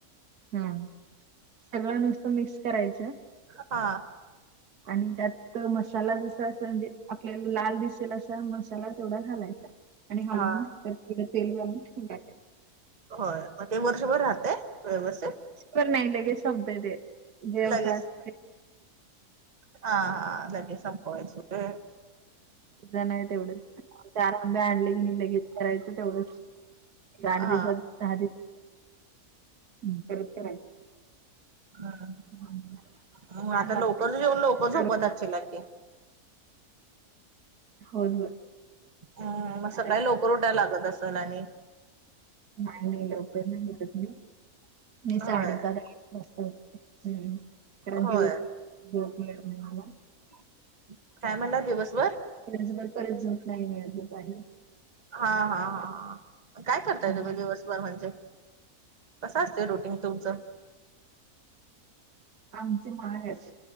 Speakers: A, on the right (about 85°); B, on the right (about 30°).
A: हम <inaudible> सगळं नुसतं मिक्स करायचं
B: हा
A: आणि त्यात मसाला जसा असं म्हणजे आपल्याला लाल दिसेल असा मसाला तेवढा घालायचा आणि हलवून
B: हा
A: त्या तेल घालून ठवून टाकायचे
B: हो ते वर्षभर राहते व्यवस्थित
A: प नाही लगेच समतय ते
B: लगेच
A: असते
B: हा हा लगेच सपतय हम्म
A: ण आहे तेवढंच आरमबी आणले की नाही लगेच करायचं तेवढच आठ
B: हा
A: दिवसात दहा दिवस करत करायचं
B: हम्म
A: हं.
B: मग
A: छान
B: <inaudible> आता
A: लागतंय.
B: लवकरच येेऊन लवकर झोपवत
A: करून
B: असलाकि
A: होय होय
B: हम्म मग सकाळी
A: आता
B: लवकर उठायला लागतं असलं आणि
A: नाही नाही लवकर नाही होेतत मी मी
B: होय
A: साडेसात कारण
B: होय
A: दिवसभर झोप मिळत नाही मला
B: <inaudible> काय म्हणाला दिवसभर
A: चबर परतजो नाही मिळलं पाहिजे <unintelligible>
B: हा हा हा ह काय करताय
A: हं.
B: तुम्ही दिवसभर म्हणजे? कसं असतय रूटीन तुमचं?
A: आमचे माग आहेत,